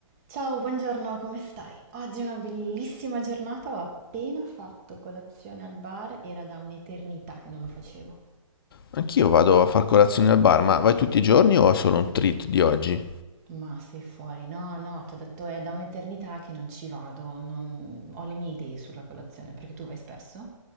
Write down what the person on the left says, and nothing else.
Anch'io vado a far colazione al bar, ma vai tutti i giorni o è solo un treat di oggi?